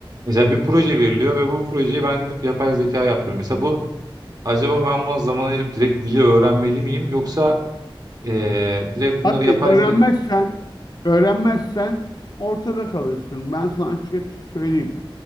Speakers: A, on the right; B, on the left.
A: Mesela bir proje veriliyor ve bu projeyi ben gidip yapay zeka yapıyorum. Mesela bu acaba ben buna zaman ayırıp direkt dili öğrenmeli miyim yoksa Ee, direkt bunları
B: Abi
A: yapay
B: öğrenmezsen,
A: zeka
B: öğrenmezsen ortada kalırsın. Ben sana açıkça söyleyeyim.